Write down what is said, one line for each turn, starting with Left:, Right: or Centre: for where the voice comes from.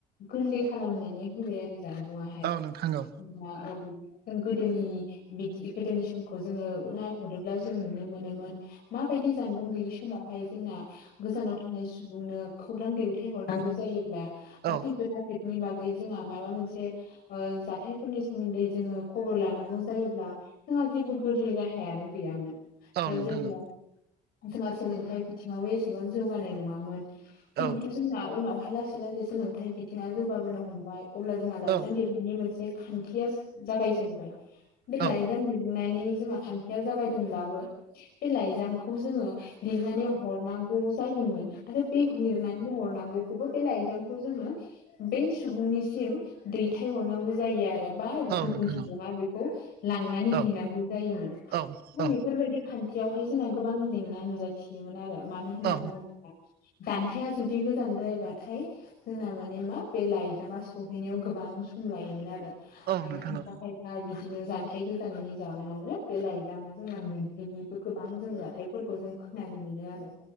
Left: गोरलै खालामनानै होबाय आरो जामबुङा हाया
Right: औ नोंथां औ
Left: औ जों गोनि गोदोनि समखौ जोंङो नायहरोब्ला जों नुनो मोनोमोन माबायदि जानबुं गैयि समावहाय जोंना गोजानाव थानाय सुबुंनो खौरां दैवथाय हरनांगौ जायोब्ला बा
Right: औ
Left: फैफोद फोदनि बागै जोंहा माबा मोनसे ओ जाथायफोरनि सोमोन्दै जोंङो खबर लानांगौ जायोब्ला जोंहा जेबो गोरलै राहायानो गैयामोन दा
Right: औ नोंथां
Left: जेब्ला
Right: औ
Left: जोंहा सोलोंथायाइ बिथिङाव एसेबां जौगानाय नङामोन। जिहेथु
Right: औ
Left: जोंना उनावहाय लासै लासै सोलोंथाइ बिथिङा जौगाबोनो हमबाय अब्ला जोंहा लाइजाम
Right: औ
Left: लिर मोनसे खान्थिया जागाय जेनबाय बे
Right: औ
Left: लाइजाम लिरनानै जोंहा खान्थियाव जागायदोंब्लाबो बे लाइजामखौ जोंङो लिरनानै हरनांगौ जायोमोन आरो बे लिरनानै हरनांगौखौबो बे ला एजामखौ जोंङो बै सुबुंनिसिम दैथायहरनांगौ जायो आरो बा
Right: औ
Left: गुबुन
Right: नोंथां
Left: सुबुंङि
Right: औ
Left: बेखौ लांनानै
Right: औ
Left: हैनांगौ जायोमोन
Right: औ औ
Left: दा बेफोरबायदि खान्थियावहाय जोंना गोबां जेंना नुजाथियोमोन आरो मानो होन्ना
Right: औ
Left: बुङोब्ला जान्थाया जुदि गोजानद्रायबाथाय जोंना माने मा बे लाइजामा सहैनायाव गोबां सम लायोमोन आरो। आरो
Right: नोंथां
Left: खायफा
Right: औ नोंथां औ
Left: खायफा बिदिनो जान्थायाइ गोजाननि जाहोनाव बे लाइजामा जोंना मोनहैयिबो गोबां जों जाथायफोरखौ जों खोनानो मोनो आरो।